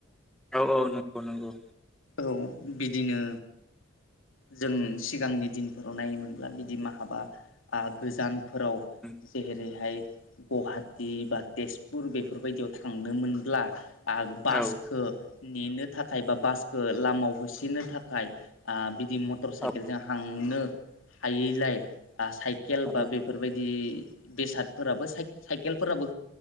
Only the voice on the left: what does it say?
औ बिदिनो जों सिगांनि दिनफोराव नायोमोनब्ला बिदि माहाबा आ गोजान फोराव
जेरैहाय गुवाहाटि बा तेजपुर बेफोरबायदियाव थांनो मोनब्ला आ बासखो
नेनो थाखाय बा बासखो लामायाव होसोनो थाखाय बि दि मटर साइकेलजों
हांनो हायैलाय साइकेल बा
बेफोरबायदि बेसादफोराबो साइकेलफोराबो